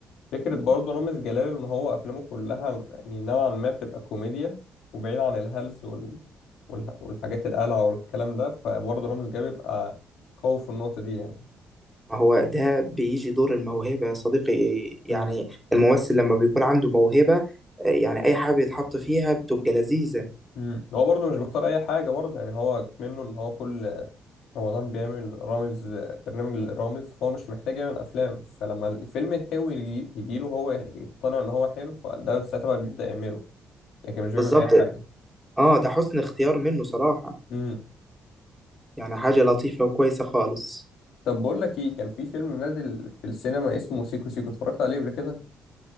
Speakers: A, on the left (about 80°); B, in the centre.
A: فكرة برضه رامز جلال إن هو أفلامه كلها يعني نوعا ما بتبقى كوميديا وبعيد عن الهلس وال... والح... والحاجات القلعة والكلام ده فبرضه رامز جلال بيبقى قوي في النقطة دي يعني
B: ما هو ده بيجي دور الموهبه يا صديقي إيه، يعني
A: مم.
B: الممثل لما بيكون عنده موهبه آه، يعني اي حاجه بيتحط فيها بتبقى لذيذه
A: مم. هو برضه مش بيختار أي حاجة برضه يعني هو منه إن هو كل رمضان بيعمل رامز برنامج للرامز فهو مش محتاج يعمل أفلام فلما الفيلم الحلو يجي... يجيله هو يقتنع إن هو حلو فده ساعتها بقى بيبدأ يعمله لكن مش بيعمل
B: بالظبط
A: أي حاجة
B: اه ده حسن اختيار منه صراحه
A: مم.
B: يعني حاجه لطيفه وكويسه خالص
A: طب بقول لك ايه كان في فيلم نازل في السينما اسمه سيكو سيكو اتفرجت عليه قبل كده